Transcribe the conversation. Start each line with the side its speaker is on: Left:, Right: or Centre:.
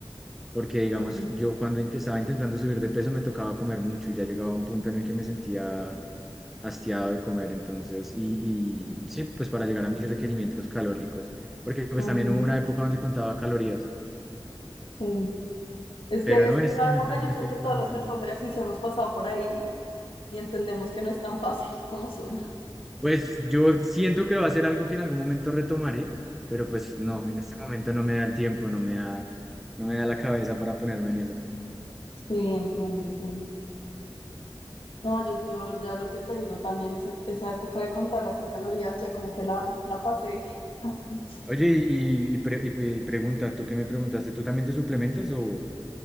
Centre: porque digamos,
Left: Mm.
Centre: yo cuando int- estaba intentando subir de peso me tocaba comer mucho y ya llegaba a un punto en el que me sentía hastiado de comer, entonces, y, y sí, pues para llegar a mis requerimientos calóricos, porque pues
Left: Ujú.
Centre: también hubo una época donde contaba calorías,
Left: Sí. Es
Centre: pero
Left: que, es
Centre: no,
Left: que
Centre: en este
Left: esa
Centre: momento
Left: época
Centre: no
Left: yo
Centre: me
Left: creo
Centre: estoy
Left: que
Centre: suplementando.
Left: todos los que hacemos ejercicio hemos pasado por ahí y entendemos que no es tan fácil <laughs> como suena.
Centre: Pues yo siento que va a ser algo que en algún momento retomaré, pero pues no, en este momento no me da el tiempo, no me da, no me da la cabeza para ponerme en eso.
Left: Sí, entiendo, entiendo. No, yo, yo ya lo que te digo, también ese- esa época de contar así calorías, ya como que la, la pasé. <laughs>
Centre: Oye, y, y pre- y pe- pregunta, ¿tú qué me preguntaste? ¿Tú también te suplementas o,